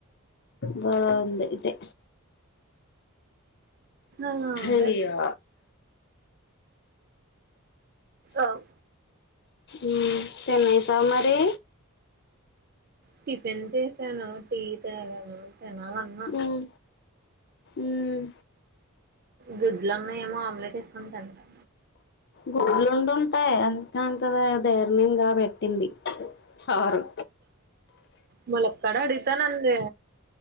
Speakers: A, on the left; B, on the right.
A: బాంది ఇదే
B: అలా ఉంది
A: అయ్యో
B: ఆవ్
A: ఉమ్ చెన్నై మరి
B: టిఫిన్ చేసాను టీ తాగాను. తినాలన్నా
A: ఉమ్ ఉమ్
B: గుడ్లు ఉన్నాయి ఏమో ఆమ్లెట్ ఏసుకుని తింటా
A: గుడ్లు ఉండుట్టాయి అందుకె అంత దధైర్ణంగా పెట్టింది చారు.
B: ముళ్లకాడా అడుగుతా నందే